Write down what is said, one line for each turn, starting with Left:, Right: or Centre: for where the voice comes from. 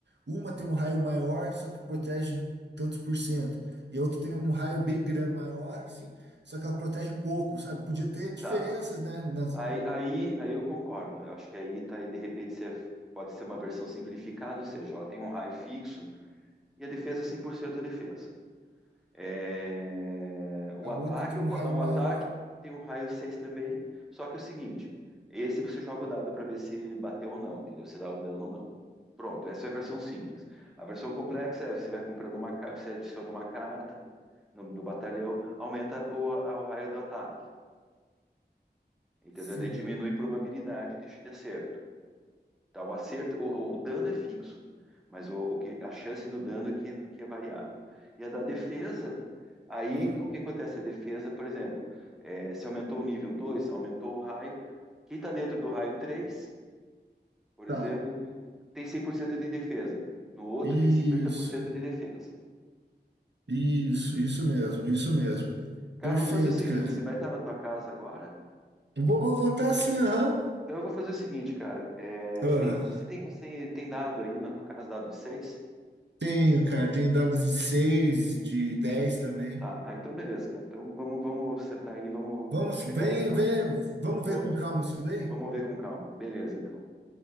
Right: Uma tem um raio maior, só que protege tantos por cento. E a outra tem um raio bem grande, maior, assim, só que ela protege pouco, sabe? Podia ter diferenças,
Centre: tá.
Right: né? Nas...
Centre: Aí, aí, aí eu concordo. Eu acho que aí tá, aí, de repente você pode ser uma versão simplificada, ou seja, ela tem um raio fixo e a defesa é 100% defesa. É, O
Right: A
Centre: ataque,
Right: outra tem
Centre: eu
Right: um raio
Centre: o
Right: maior,
Centre: ataque tem o raio 6 também, só que é o seguinte, esse você joga o dado para ver se bateu ou não, entendeu? Se dá o dano ou não. Pronto, essa é a versão simples. A versão complexa é você vai comprando uma, ca- você adiciona uma carta no, no batalhão, aumenta o, a- o raio do ataque, entendeu?
Right: sim.
Centre: Daí diminui a probabilidade de, de acerto. Tá, o acerto, o, o dano é fixo, mas o, o que, a chance do dano é que, que é variável. E a da defesa, aí
Right: Ah,
Centre: o que acontece? A defesa, por exemplo, é, se aumentou o nível 2, aumentou o raio, quem está dentro do raio 3, por
Right: tá.
Centre: exemplo, tem 100% de defesa, no outro
Right: Isso,
Centre: tem cinquenta por cento de defesa.
Right: isso, isso mesmo, isso mesmo.
Centre: Cara,
Right: Perfeito,
Centre: vamos fazer o seguinte,
Right: cara.
Centre: você vai estar na tua casa agora?
Right: Vou votar assim, aham.
Centre: Então eu vou fazer o seguinte, cara, é,
Right: Ah,
Centre: você tem, você tem, você tem dado aí na tua casa, dado de 6?
Right: tenho, cara, tenho dados de 6, de 10 também.
Centre: Tá, ah, então beleza, cara. Então vamos, vamos sentar aí, vamos,
Right: Vamos,
Centre: eu vou chegar
Right: vem,
Centre: aí, vou,
Right: vem, vamos
Centre: vou-
Right: ver com calma isso daí?
Centre: vamos ver com calma. Beleza, então.